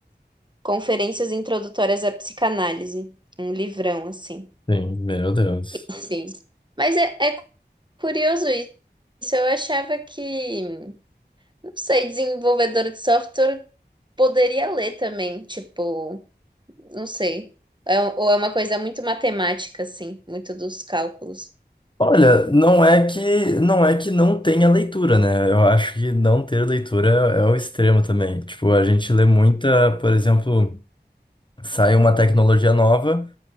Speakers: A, on the right (about 25°); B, on the left (about 25°).
A: Conferências Introdutórias à Psicanálise, um livrão assim.
B: Sim, meu Deus.
A: Sim. Mas é é curioso Isso eu achava que, não sei, desenvolvedor de software poderia ler também, tipo, não sei. É- ou é uma coisa muito matemática, assim, muito dos cálculos.
B: Olha, não é que não é que não tenha leitura, né? Eu acho que não ter leitura é, é o extremo também. Tipo, a gente lê muita, por exemplo, sai uma tecnologia nova